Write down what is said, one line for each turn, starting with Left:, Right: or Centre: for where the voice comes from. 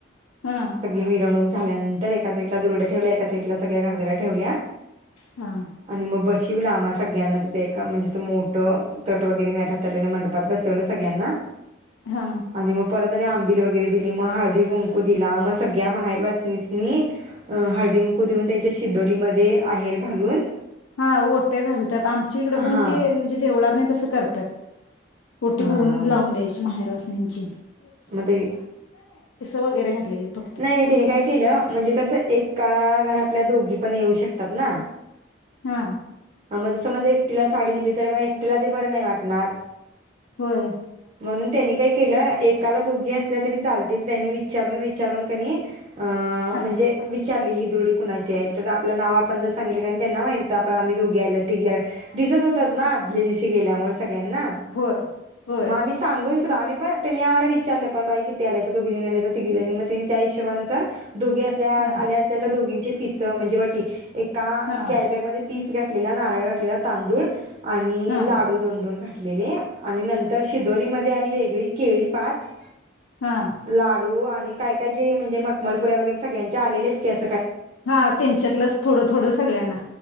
Left: हाय
Right: सगळी मिरवणूक झा झाल्यानंतर एका साईडला दुरोड्या ठेवल्या सगळ्या एका साईटला घागऱ्या ठेवल्या
Left: हा हा
Right: <inaudible> आणि मग बस <unintelligible> सगळ्यांना तिथे एक म्हणजे मोठं तट वगैरे मॅट मंडपात बसवलं सगळ्यांना
Left: हा
Right: आणि मग परत आणि आंबिल वगै <unintelligible> दिली हळदी कुंकू दिला मग सगळ्या माहेरवासणीसणी आ हळदी <unintelligible> देऊन त्यांच्या शिद्दोरीमध्ये ते आहेर घालून
Left: हा ओट्या घालतात आमच्याकडे
Right: हां
Left: पण ते म्हणजे देवळातनी तसं करत्यात ओटी
Right: हां
Left: भरून लावून द्यायची माहेरवासणी तिची
Right: मग ते
Left: वगैरे घातलेली फक्त
Right: नाही नाही त्याने काय केलं म्हणजे कस एक का घरातल्या दोघी पण येऊ शकतात ना
Left: हा
Right: मज समज एकटीला साडी दिली तर मग एकटीला ते बर नाही वाटणार
Left: होय
Right: म्हणून त्यांनी काय केलं एक एकाला दोघी असल्या तरी चालतील त्यांनी विचारून विचारून कनी अ
Left: हा
Right: म्हणजे विचारली ही दुरडी कुणाची आहे तर आपलं नाव आपण जर सांगितलं त्यांना माहित होण आम्ही दोघी आल तेघी आल दिसत होतच ना आदल्या दिवशी गेल्यामुळे सगळ्यांना
Left: होय, होय.
Right: मग आम्ही सांगून आम्ही पण त्यांनी आम्हाला विचारलं पण बाई किती आलाय तर दोघीजणी नाय तर तीघीजणी मग तिनी त्या हिशोबानुसार दोघी असल्या आल्या
Left: हां,
Right: असल्या तर दोघींचे पिसं म्हणजे वटी एका
Left: हां,
Right: कॅरी बॅगमध्ये पीस घातलेला नारळ घातलेला तांदूळ आणि
Left: हां,
Right: लाडू दोन दोन घाल घेतलेले नंतर शिदोरी मध्ये आणि वेगळी केळी पाच
Left: हां,
Right: लाडू वाढ काय का जे म्हणजे मकमलपुऱ्या वगैरे सगळ्यांच्या आलेलेच कि आज
Left: हा त्यांच्यातलंच थोडं थोडं सगळ्यांना